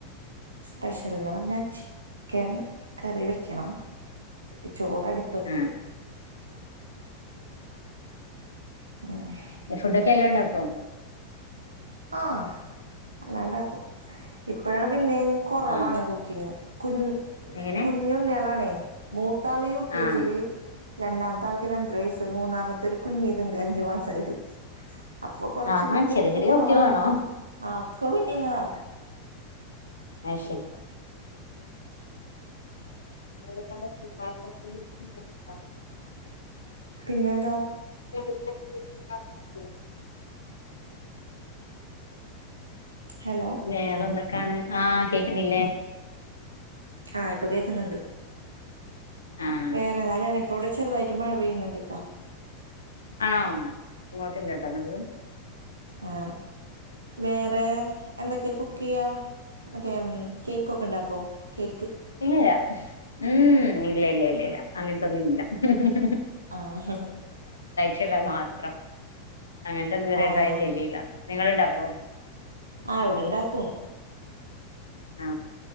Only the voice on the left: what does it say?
ആഹ്
ഫുഡോക്കെ എല്ലാം ഉണ്ടാക്കുമോ
ആഹ്
എങ്ങനെ
ആഹ്
ആഹാ
ചെറിയ
ചെറിയ
കുട്ടികളാണോ
അ ശെരി <unintelligible>
<unintelligible>
വേറെന്ന കാണാൻ ആ കേക്കുന്നില്ലേ
ആഹ്
ആണോ യിങ്ങോട്ടില്ലാട്ടോന്നാല്
ഇല്ലില്ല ഉം ഇല്ല ഇല്ല ഇല്ല ഇല്ല അങ്ങനത്തൊന്നും ഇല്ല ഉം ഹ് ഹ്
ചെലത് മാത്രം അങ്ങനത്തെ ഇതുവരെ
ട്രൈ
ചെയ്തീല്ല നിങ്ങള് ഇണ്ടാക്കുവോ
ആ